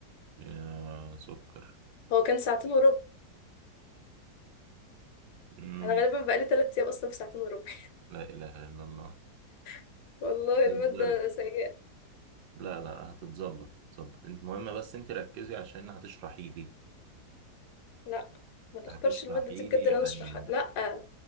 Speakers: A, on the right (about 75°); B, on the left (about 75°).
A: يا سكر
B: هو كان ساعتين وربع
A: مم.
B: أنا غالبا بقالي تلات أيام أصلا في ساعتين وربع
A: لا إله إلا الله
B: <laughs> والله
A: بتهزري
B: المادة سيئة
A: لا لا هتتظبط تظبط انت مهمة بس انت ركزي عشان هتشرحي لي
B: لأ ما تختارش
A: هتشرحي
B: المادة دي بجد
A: لي يا
B: اللي
A: حنين
B: أنا أشرحها لأ